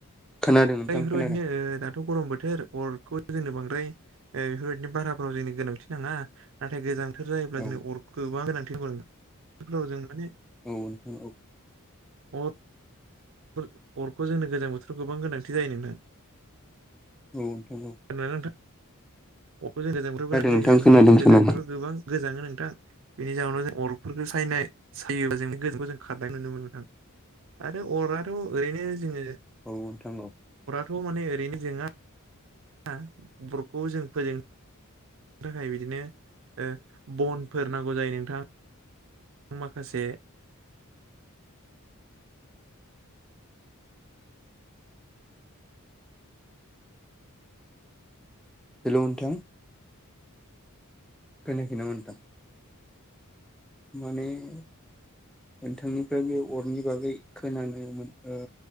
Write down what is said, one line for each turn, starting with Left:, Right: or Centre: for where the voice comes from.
Centre: खोनादों नोंथां
Right: बेफोर
Centre: खोनादों
Right: बायदिनो ओ दाथ' गरम बोथोर अरखौ जोंनो बांद्राय ओ बेफोर बायदिनो बाराफोराव जोंनि गोनांथि नाङा नाथाय गोजां बोथोर जायोब्ला
Centre: औ
Right: जों अरखौ गोबां गोनांथि बेफोराव जों माने
Centre: औ नोंथां औ।
Right: अ- अरखौ जोंनो गोजां बोथोराव गोबां गोनांथि जायो नोंथां।
Centre: औ नंगौ।
Right: खोनादोंना नोंथां <inaudible> जों गोजां बोथोर बोनायनाय जायो
Centre: नोंथां
Right: बेफोरनि
Centre: खोनादों
Right: जों गोजां
Centre: खोनादों
Right: बोथोराव गोबां गोजाङो नोंथां। बेनि जाहोनाव जों अरगफोरखौ सायनाय सायोबा जोंनि गोजांखौ जों खारनाय नुनो मोनो नोंथां। आरो अराथ' ओरैनो जोङो
Centre: औ नोंथां औ
Right: थ' माने ओरैनो जोङा अरखौ जों फोजोंनो थाखाय बिदिनो ओ बनफोर नांगौ जायो नोंथां माखासे
Centre: हेल' नोंथां खोनायाखै नामा नोंथां? माने नोंथांनिफ्राय बे अरनि बागै खोनानो ओ